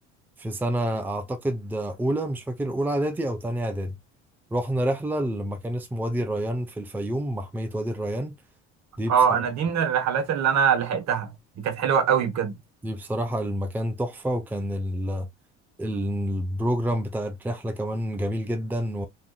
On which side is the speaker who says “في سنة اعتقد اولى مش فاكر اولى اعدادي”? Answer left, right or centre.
Centre